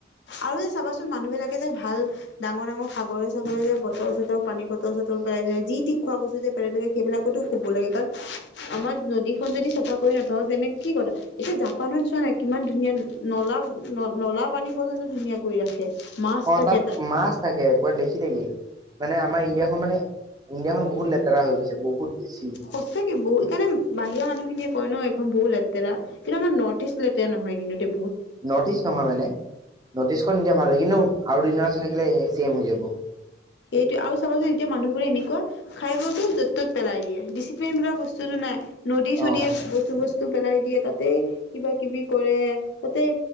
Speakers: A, on the left; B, on the right.
A: আৰু যে চাবাচোন, মানুহবিলাকে যে ভাল ডাঙৰ ডাঙৰ সাগৰে চাগৰে যে বটল চটল পানী বটল চটল পেলাই যে যি টি খোৱা বস্তু যে পেলাই থাকে সেইবিলাকতো কব লাগে, কাৰণ আমাৰ নদীখন যদি চাফা কৰি নথওঁ, তেনে কি কথা, এতিয়া জাপানত চোৱা না কিমান ধুনীয়া নলা ন নলা পানী পৰ্যন্ত ধুনীয়া কৰি ৰাখে। মাছ
B: অ',
A: থাকে
B: তাত মাছ থাকে, পুৰা দেখি থাকে, মানে আমাৰ ইণ্ডিয়াখন মানে ইণ্ডিয়াখন বহুত লেতেৰা হৈ গৈছে, বহুত বেছি
A: সঁচাকে বহু সেইকাৰণে বাহিৰা মানুহখিনিয়ে কয় ন এইখন বহু লে লেতেৰা কিন্তু আমাৰ নৰ্থ ইষ্ট লেতেৰা নহয় কিন্তু দে।
B: নৰ্থ ইষ্ট নহয় মানে, নৰ্থ ইষ্টখন <unintelligible> ভাল হয় কিন্তু আৰু দুদিন মানৰ <unintelligible> থাকিলে এ চেম হৈ যাব
A: সেইটোৱে আৰু চাবাচোন এতিয়া মানুহবোৰে এনেকুৱা খাই বোৰতো য'ত ত'ত পেলাই দিয়ে দি দিচিল্পেন বোলা বস্তুটো নাই, নদী
B: অ
A: চদিয়ে বস্তু বচ পেলাই দিয়ে তাতেই, কিবা কিবি কৰে, তাতেই